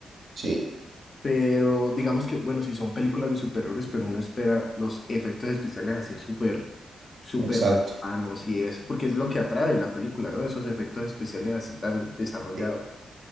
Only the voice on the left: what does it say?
Pero digamos que, bueno, si son películas de superhéroes, pero uno espera los efectos especiales así súper, súper
bacanos y eso, porque es lo que atrae la película, ¿no? Esos efectos especiales así tan desarrollados.